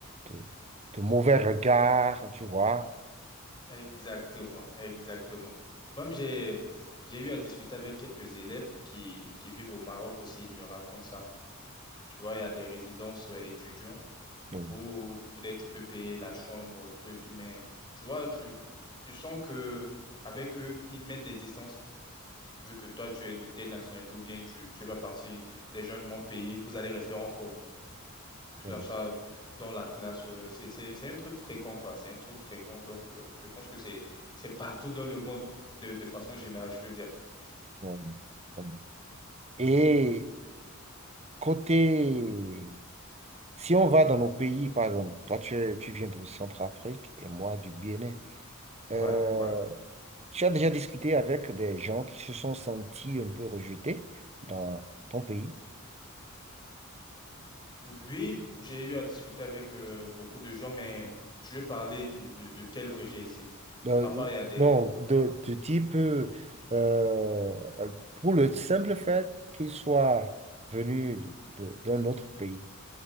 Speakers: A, on the right (about 30°); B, on the left (about 20°).
A: de, de mauvais regards, tu vois.
B: Exactement, exactement. Même j'ai j'ai eu à discuter avec quelques élèves qui, qui vivent au Maroc aussi, ils me racontent ça. Tu vois, il y a des résidences euh, étudiants
A: Mm,
B: où peut-être tu peux payer la chambre, tout et tout, mais tu vois, tu, tu sens que avec eux, ils mettent des distances. Vu que toi, tu es de telle nationalité ou bien tu ne fais pas partie des gens de mon pays, vous allez rester entre vous que
A: mm,
B: ça soit dans la classe, euh, c'est, c'est, c'est un truc fréquent, quoi. C'est un truc fréquent. Donc, euh, je pense que c'est, c'est partout dans le monde, de, de façon générale, je veux dire.
A: mm, mm. Et côté, si on va dans nos pays, par exemple, toi tu, es- tu viens de Centrafrique et moi du Bénin,
B: Ouais,
A: euh,
B: ouais.
A: tu as déjà discuté avec des gens qui se sont sentis un peu rejetés dans ton pays?
B: Oui, j'ai eu à discuter avec euh, beaucoup de gens, mais je vais parler du, de, de quel rejet ici.
A: Euh,
B: Parfois, il y a des,
A: non, de, du type, euh, euh, pour le simple fait qu'il soit venu de- de- d'un autre pays